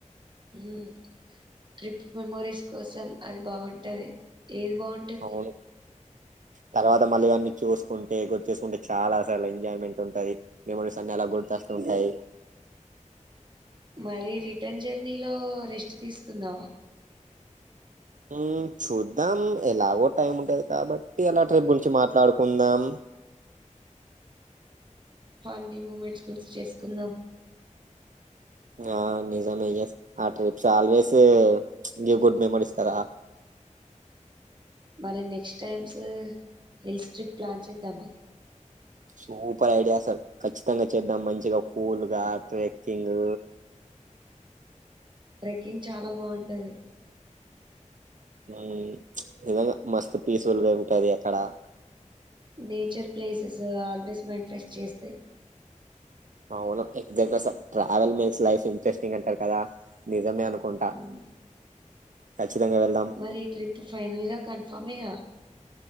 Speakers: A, on the right; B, on the right.
A: ఊ ట్రిప్ మెమోరీస్ కోసం అది బాగుంటది ఏది బావుంటుంది
B: అవును తర్వాత మళ్ళీ అవన్నీ చూసుకుంటే గుర్త్ చూసుకుంటే చాలా అసలు ఎంజాయ్మెంట్ ఉంటుంది మెమోరీస్ అన్ని అలా గుర్తొస్తూ ఉంటాయి
A: మరి రిటర్న్ జర్నీలో రెస్ట్ తీసుకుందామా
B: ఉమ్ చూద్దాం ఎలాగో టైం ఉంటది కాబ టీ ఇయాలా ట్రిప్ గురించి మాట్లాడుకుందాం
A: ఫన్నీ మూమెంట్స్ గుర్తు చేసుకుందాం
B: ఆ నిజమే యస్ ఆ ట్రిప్స్ ఆల్వేస్ జు గుడ్ మెమోరీస్ కదా
A: మరి next times hills trip plan చేద్దామా
B: సూపర్ ఐడియా సార్ ఖచ్చితంగా చేద్దాం మంచిగా కూల్గా ట్రెక్కింగ్
A: ట్రెక్కింగ్ చాలా బాగుంటది
B: ఉమ్ నిజంగా మస్తు పీస్ఫుల్ గా ఉంటది అక్కడ
A: nature places always mind fresh చేస్తాయి్
B: అవును ఎగ్జాక్ట్ గా ట్రావెల్ మేక్స్ లైఫ్ ఇంట్రెస్టింగ్ అంటారు కదా నిజమే అనుకుంటా
A: ఉమ్
B: ఖచ్చితంగా వెళ్దాం
A: మరి ఈ ట్రిప్ ఫైనల్ గా కన్ఫామ్గా